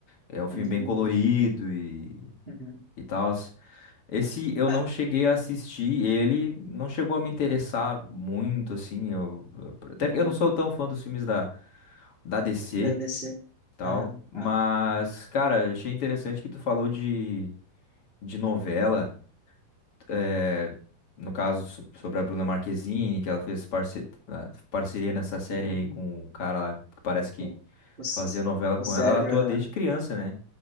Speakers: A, on the left; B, on the right.
A: é um filme
B: Hum,
A: bem colorido e,
B: uhum.
A: e tal. Esse eu
B: Ah,
A: não cheguei a assistir, ele não chegou a me interessar muito, assim. Eu, eu- até
B: uhum.
A: porque eu não sou tão fã dos filmes da, da DC,
B: Da DC.
A: tal.
B: Ah,
A: Mas,
B: ah,
A: cara, eu achei interessante que tu falou de, de novela eh, no caso so- sobre a Bruna Marquezine, que ela fez parce- na- parceria nessa série
B: uhum.
A: aí com o cara lá, que parece que
B: O, o S-
A: fazia novela com
B: o Sérgio,
A: ela. Ela atua
B: aham.
A: desde criança, né?